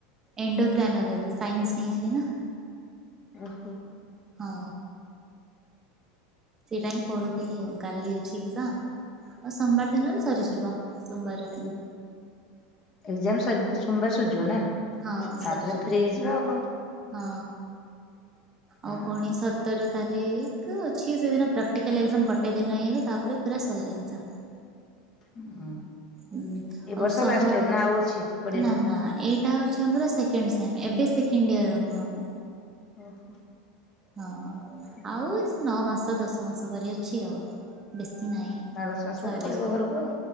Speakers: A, on the right; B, on the left.
A: ଏଣ୍ଡୋକ୍ରାନୋଲୋଜି ସାଇନ୍ସ ନେଇଛି ନା।
B: ଓହୋ।
A: ହଁ। ସେଇରା ହିଁ ପଢ଼ୁ ଥିଲି ଆଉ କାଲି ଅଛି ଏଗଜାମ୍ ଆଉ ସୋମବାର ଦିନ ସରିଯିବ ସୋମବାର ଦିନ।
B: ଏଗଜାମ୍ ସର-ସୋମବାରେ ସରଜିବ ନା
A: ହଁ
B: ତାପରେ
A: ସରିଯିବ
B: ଫ୍ରି ହେଇଯିବେ ଆଉ କଣ।
A: ହଁ
B: ହଁ
A: ଆଉ ପୁଣି ସତର ତାରିକ୍ କୁ ଅଛି ସେଦିନ ପ୍ରାକ୍ଟିକାଲ୍ ଏଗଜାମ ଗୋଟେ ଦିନ ଇଏବେ ତାପରେ ପୁରା ସରିଲା ଏଗଜାମ।
B: ଉଁ
A: ହୁଁ
B: ଏ
A: ଆଉ
B: ବର୍ଷ
A: ସହଡ
B: ଲାଷ୍ଟ ଇୟର ନା ଆଉ ଅଛି ପଢିବା
A: ନା
B: ପାଇଁ?
A: ନା ଏଇଟା ହୋଉଚି ଆମର ସେକଣ୍ଡ ସେମ ଏବେ ସେକେଣ୍ଡ ଇୟର ହବ ଆମ
B: ଓହୋ।
A: ହଁ
B: ହୁଁ
A: ଆଉ ଏସ୍ ନଅମାସ ଦଶମାସ ପରି ଅଛି ଆଉ। ବେଶୀ ନାଇଁ
B: ନଅ ଦଶ ମାସ
A: ସରିଯା
B: ପରେ ପଳେଇବ ଘରକୁ ଆଉ।